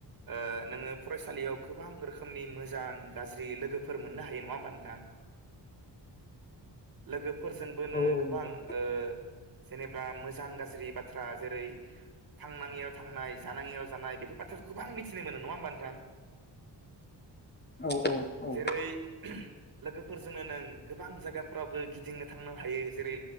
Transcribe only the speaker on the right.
ओ नोङो फरायसालियाव गोबां रोखोमनि मोजां गाज्रि लोगोफोर मोननो हायो नङा होनबा नोंथां। लोगोफोरजोंबो नोङो
गोबां
ओ जेनेब्ला मोजां गाज्रि बाथ्रा जेरै थांनाङियाव थांनाय जानाङियाव जानाय बेफोर बाथ्रा गोबां मिथिनो मोनो नङा होमबा नोंथां।
जेरै लोगोफोरजोंनो नों गोबां जायगाफोरावबो गिदिंनो थांनो हायो जेरै